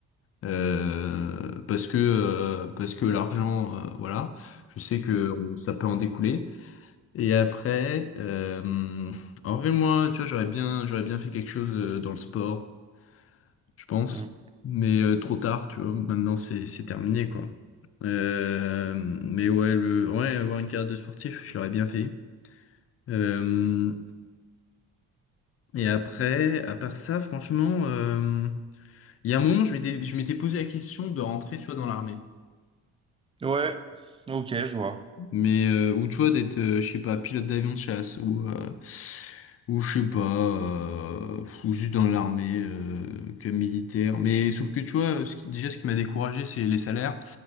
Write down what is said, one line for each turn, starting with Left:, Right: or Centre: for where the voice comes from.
Left: euh, parce que euh, parce que l'argent euh, voilà je sais que on- ça peut en découler et après euh, en vrai moi tu vois j'aurais bien j'aurais bien fait quelque chose euh, dans le sport je pense
Right: Mm.
Left: mais euh, trop tard tu vois maintenant c'est c'est terminé quoi euh, mais ouais le ouais avoir une carrière de sportif je l'aurais bien fait Euh, Et après, à part ça, franchement, euh, il y a un moment, je m'étais, je m'étais posé la question de rentrer, tu vois, dans l'armée.
Right: Ouais, ok, je vois.
Left: Mais, euh, ou tu vois, d'être, euh, je sais pas, pilote d'avion de chasse, ou, euh, ou je sais pas, euh, ou juste dans l'armée, euh, que militaire. Mais sauf que, tu vois, ce qui- déjà, ce qui m'a découragé, c'est les salaires.